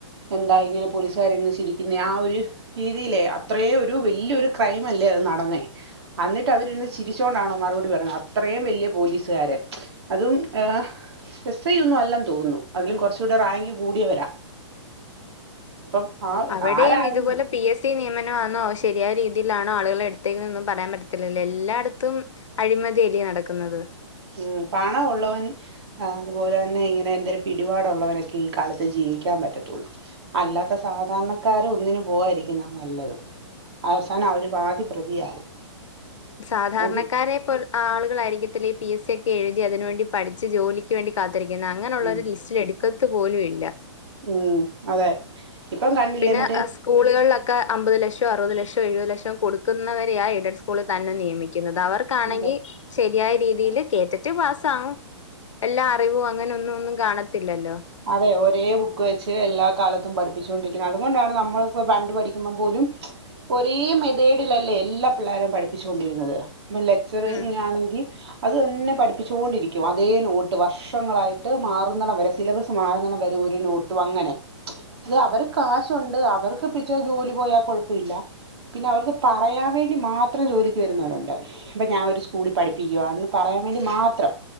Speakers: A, on the right; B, on the left.
A: എന്താ ഇങ്ങനെ പോലീസുകാർ ഇന്ന് ചിരിക്കുന്നെ ആ ഒരു രീതിയിലേ അത്രേ ഒരു വെല്ല്യോരു ക്രൈമല്ലേ അത് നടന്നേ അന്നിട്ടവര് ഇരുന്ന് ചിരിച്ചുകൊണ്ടാണോ മറുപടി പറഞ്ഞത് അത്രേം വെല്ല്യ പോലീസുകാര്. അതും ഏ, എസ് ഐ ഒന്നും അല്ലെന്നു തോന്നുന്നു അതിലും കുറച്ചുകൂടെ റാങ്ക് കൂടിയവരാ. അപ്പം ആ
B: അവിടെയും
A: ആരാണെങ്കിലും.
B: ഇതുപോലെ പി എസ് സി നിയമനമാണോ ശരിയായ രീതിയിലാണോ ആളുകളെ എടുത്തേന്നൊന്നും പറയാൻ പറ്റത്തില്ലല്ലോ എല്ലായിടത്തും അഴിമതിയല്ല്യോ നടക്കുന്നത്.
A: ഉം പണം ഒള്ളവൻ ആ അതുപോലെ തന്നെ ഇങ്ങനെ എന്തേലും പിടിപാടുള്ളവരൊക്കെ ഈ കാലത്ത് ജീവിക്കാൻ പറ്റത്തുള്ളൂ. അല്ലാത്ത സാധാരണക്കാര് ഒന്നിനും പോവാതിരിക്കുന്നാണ് നല്ലത്. അവസാനം അവരു വാദി പ്രതിയാകും.
B: സാധാരണക്കാരെ
A: അത്
B: പോല ആളുകളായിരിക്കത്തില്ല ഈ പി എസ് സി ഒക്കെ എഴുതി അതിനുവേണ്ടി പഠിച്ച് ജോലി ക്ക് വേണ്ടി കാത്തിരിക്കുന്ന അങ്ങനെയുള്ളവരേ
A: ഉം
B: ലിസ്റ്റിലെടുക്കത്തു പോലും ഇല്ല.
A: ഉം അതെ. ഇപ്പം കണ്ടില്ലേ
B: പിന്നെ
A: മറ്റേ
B: അ സ്കൂളുകളിലൊക്കെ അമ്പത് ലക്ഷോ അറുപത് ലക്ഷോ എഴുപത് ലക്ഷോം കൊടുക്കുന്നവരെയാ എയ്ഡഡ് സ്കൂളിൽ തന്നെ നിയമിക്കുന്നത്. അവർ ആണെങ്കി
A: അതെ
B: ശരിയായ രീതീല് കേട്ടിട്ട് പാസാവും. എല്ലാ അറിവും അങ്ങനെ ഒന്നു ഒന്നും കാണത്തില്ലല്ലോ.
A: അതെ ഒരേ ബുക്ക് വെച്ച് എല്ലാ കാലത്തും പഠിപ്പിച്ചോണ്ടിരിക്കുന്നത് അതുകൊണ്ടാണ് നമ്മളിപ്പോ പണ്ട് പഠിക്കുമ്പം പോലും ഒരേ മെതേഡിലല്ലേ എല്ലാ പിള്ളാരേം പഠിപ്പിച്ചോണ്ടിരുന്നത് ഇപ്പ ലെക്ചറിങ്
B: ഉം
A: ആണെങ്കി അത് തന്നെ പഠിപ്പിച്ചോണ്ടിരിക്കും അതേ നോട്ട് വർഷങ്ങളായിട്ട് മാറുന്നടം വരെ സിലബസ് മാറുന്നടം വരേ ഒരുനോട്ടും അങ്ങനെ അയ്യോ അവര് കാശൊണ്ട് അവർക്കിപ്പിച്ചെ ജോലി പോയാൽ കൊഴപ്പല്ല. പിന്നവർക്ക് പറയാൻ വേണ്ടി മാത്രം ജോലിക്ക് വരുന്നവരുണ്ട്. അപ്പൊ ഞാഒരു സ്കൂളിൽ പഠിപ്പിക്കുവാ എന്ന് പറയാൻ വേണ്ടി മാത്രം.